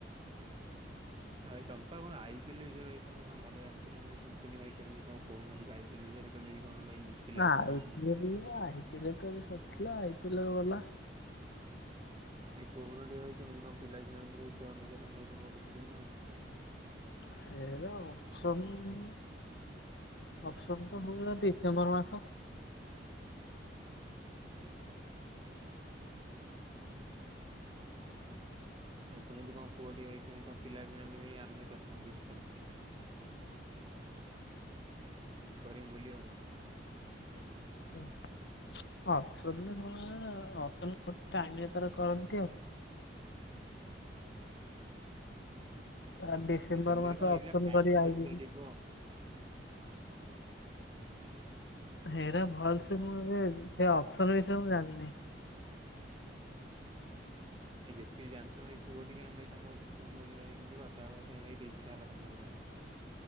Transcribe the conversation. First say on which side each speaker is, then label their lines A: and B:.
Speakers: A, on the right; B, on the left.
A: ଭାଇ ତୋମ ପା କଣ ଆଇପିଏଲ୍ <unintelligible> ତୋମେ କଣ ଭଲ ଜାଣିଥିଲ ମୁଁ ଶୁନଥିନି, ଭାଇ କେମିତି କଣ କହୁନ ଟିକେ ଆଇ ବିଲୁ ସାରେ କେମିତି କଣ ଭାଇ ପିଲା
B: ଆଇପିଏଲ୍
A: କିଣନ୍ତି?
B: ନୁହଁ ଆଇପିଏଲ୍ ରେ ତ ଏବେ ସରଥିଲା ଆଇପିଏଲ୍ ର ଗଲା।
A: ଭାଇ କହୁନ ଟିକେ ଭାଇ କେମଇତି କଣ ପିଲା ଜାଣନ୍ତୁ ଭାଇ ସେ ଅନୁସାରେ ଆମେ ଭାଇ ତାଙ୍କଠୁ ଶିଖିବୁ ନା ଆଉ?
B: ସେଇରା ଅପସନ୍। ଅପସନ ତ ହୁଏ ଡିସେମ୍ବର ମାସ।
A: ଭାଇ କେମିତି କଁ କୁହ ଟିକେ ଭାଇ କେମତି କଁ ପିଲା ବି ମାନି ବେନି ଆମେ ଏଥର ଭାବିଚୂ <unintelligible> <unintelligible>
B: କୁହ ଅପସନ ରେ କଣ ଆଁ ଅପ୍ସନ୍ ଟାଇମ ରେ ତାର କରନ୍ତି ଆଉ। ତା ଡିସେମ୍ବର
A: ଭାଇ କେମିତି
B: ମାସ
A: କଁ ହେଇଥିଲା
B: ଅପସନ୍
A: ଫାଷ୍ଟ
B: କରି ଆଇଚି
A: ପ୍ରୋସିଜିଅର ଟିକେ କୁହ।
B: ହେରା ଭଲ ସେ ମୁଁ ବି ସେ ଅପସନ ବିଷୟରେ ମୁଁ ଜାଣିନି।
A: ଭାଇ ଯେତିକି ଜାଣିଛ ଭାଇ କୁହ ଟିକେ ଆମେ ଭାଇ ତମ ପାଖରୁ ଶିଖିବୁ ମୋରି ଭାଇ ଏମିତି କଥା ହବା ପାଇଁ ଟିକେ ଇଚ୍ଛା ହେଲା ତମ ସହିତ।